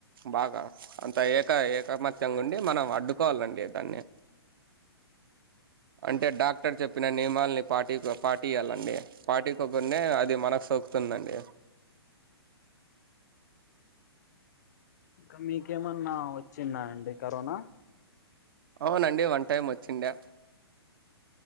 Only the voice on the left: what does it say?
ఇంకా మీకేమన్నా ఒచ్చిందా అండి కరోనా